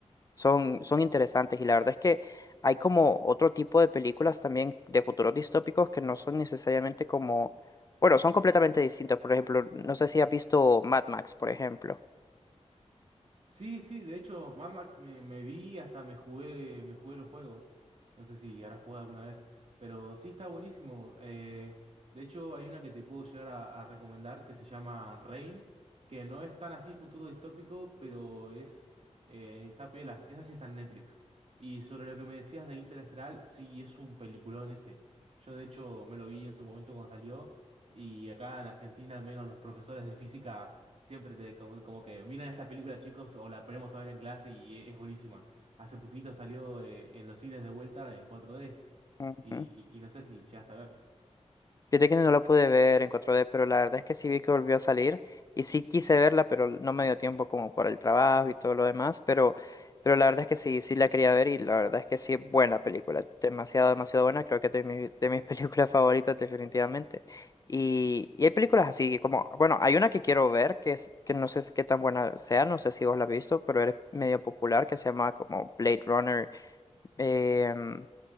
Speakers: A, on the left; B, on the right.
A: son, son interesantes y la verdad es que hay como otro tipo de películas también de futuros distópicos que no son necesariamente como, bueno, son completamente distintos. Por ejemplo, no sé si has visto Mad Max, por ejemplo.
B: Sí, sí, de hecho, Mad Max me, me vi, hasta me jugué, me jugué los juegos. No sé si habrás jugado alguna vez, pero sí está buenísimo. Eh, de hecho, hay una que te puedo llegar a, a recomendar que se llama Rain, que no es tan así futuro distópico, pero es eh, está piola. Esa sí está en Netflix. Y sobre lo que me decías de Interestelar, sí es un peliculón ese. Yo de hecho me lo vi en su momento cuando salió, y acá en Argentina al menos los profesores de física Siempre te como, como que miren esta película, chicos, o la ponemos a ver en clase y e- es buenísima. Hace poquito salió eh, en los cines de vuelta en 4D
A: Ujú.
B: y, y, y no sé si llegaste a ver.
A: Yo que no la pude ver en cuatro d pero la verdad es que sí vi que volvió a salir y sí quise verla, pero no me dio tiempo como por el trabajo y todo lo demás, pero, pero la verdad es que sí, sí la quería ver y la verdad es que sí es buena película, demasiado, demasiado buena, creo que de, mi- de mis <laughs> películas favoritas definitivamente. Y, y hay películas así como, bueno, hay una que quiero ver que, es, que no sé si- qué tan buena sea, no sé si vos la has visto, pero es medio popular que se llama como Blade Runner eh, dos